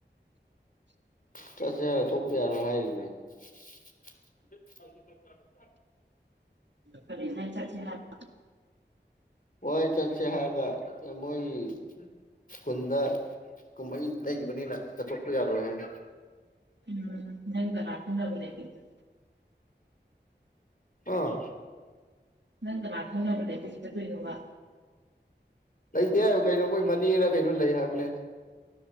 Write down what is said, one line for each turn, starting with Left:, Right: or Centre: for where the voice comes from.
Left: ꯆꯥꯛ ꯆꯥꯔ ꯊꯣꯛꯇ ꯌꯥꯔꯣꯏ ꯍꯥꯏꯔꯤꯅꯦ꯫ <unintelligible>
Right: ꯀꯔꯤ ꯅꯪ ꯆꯠꯁꯦ ꯍꯥꯏꯕ
Left: ꯍꯣꯏ ꯆꯠꯁꯦ ꯍꯥꯏꯔꯒ ꯃꯣꯏꯒꯤ ꯈꯨꯟꯗ ꯀꯨꯝꯃꯩ ꯂꯩꯕꯅꯤꯅ ꯆꯠꯊꯣꯛꯄ ꯌꯥꯔꯣꯢ ꯍꯥꯏ꯫
Right: ꯎꯝ ꯅꯪ ꯀꯅꯥ ꯈꯪꯅꯕ ꯂꯩꯒ‌ꯦ
Left: ꯑꯥ
Right: ꯅꯪ ꯀꯅꯥ ꯈꯪꯅꯕ ꯂꯩꯕ ꯍꯧꯖꯤꯛ ꯆꯠꯇꯣꯏꯅꯣꯕ꯫
Left: ꯂꯧꯇꯦ ꯍꯥꯏꯕ ꯀꯩꯅꯣ ꯃꯣꯢ ꯃꯅꯦꯔ ꯀꯩꯅꯣ ꯂꯩ ꯍꯥꯏꯕꯅꯦ꯫